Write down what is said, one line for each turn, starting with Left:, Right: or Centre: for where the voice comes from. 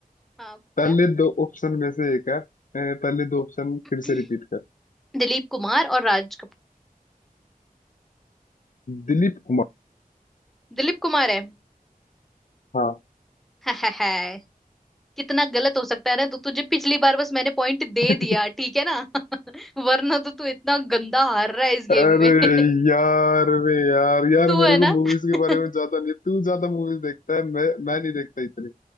Centre: हाँ
Left: पहले
Centre: क्या
Left: दो ऑप्शन में से एक है ए, पहले दो ऑप्शन
Centre: <clears throat>
Left: फिर से रिपीट कर
Centre: दिलीप कुमार और राज कपूर
Left: दिलीप कुमार
Centre: दिलीप कुमार है
Left: हाँ
Centre: <laughs> कितना गलत हो सकता है ना तो तुझे पिछली बार बस मैंने पॉइंट दे
Left: <laughs>
Centre: दिया ठीक है ना <laughs> वरना तो तू इतना गंदा हार रहा है इस गेम
Left: अरे
Centre: में <laughs>
Left: यार अरे यार यार
Centre: तू
Left: मेरे
Centre: है ना
Left: को मूवीज
Centre: <laughs>
Left: के बारे में ज्यादा नहीं तू ज्यादा मूवीज देखता है मैं मैं नहीं देखता इतनी